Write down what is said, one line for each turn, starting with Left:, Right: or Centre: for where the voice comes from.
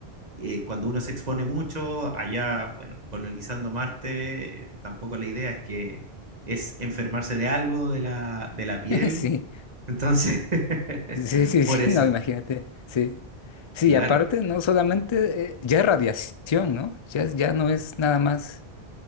Right: eh, cuando uno se expone mucho, allá, bueno, colonizando Marte, eh, tampoco la idea es que es enfermarse de algo de la, de la piel.
Left: <laughs>
Right: Entonces, <laughs>
Left: Sí, sí, sí,
Right: por
Left: sí,
Right: eso,
Left: no, imagínate. Sí. Sí,
Right: claro,
Left: y aparte, no solamente, eh, ya es radiación, ¿no? Ya, es- ya no es nada más.